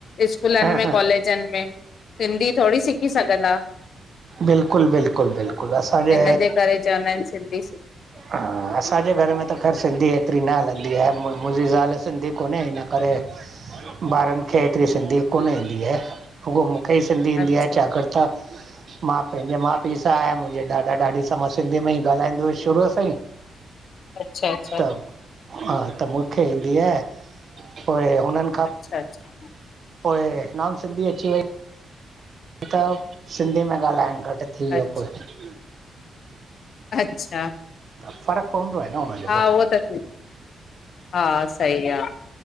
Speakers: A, on the left; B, on the right.
A: स्कूलनि
B: हा
A: में
B: हा
A: कॉलेजनि में सिंधी थोरी सिखी सघंदा
B: बिल्कुलु बिल्कुलु बिल्कुलु असांजे
A: हिनजे करे चवंदा आहिनि सिंधी सिख
B: हा असांजे घर में त ख़ैर सिंधी एतिरी न हलंदी आए, मुंहिंजी ज़ाल सिंधी कोने हिन करे, ॿारनि खे एतिरी सिंधी कोन ईंदी आहे, रूॻो मूंखे ई सिंधी ईंदी
A: अच्छा
B: आहे छाकर्ता मां पंहिंजे माउ पीउ सां आयां, मुंहिंजे ॾाॾा ॾाॾी सां मां सिंधीअ में ई ॻाल्हाईंदो हुय शुरूअ सां ई,
A: अच्छा अच्छा
B: त हा त मूंखे ईंदी आहे, पो हुननि खां
A: अच्छा अच्छा
B: पोए नाॅन सिंधी अची वई। त सिंधी में ॻाल्हाइणु घटि थी वियो
A: अच्छा
B: पोइ।
A: अच्छा
B: त फ़र्क़ु पवंदो आए न हुनजो
A: हा
B: हो।
A: उहो त हा सही आ।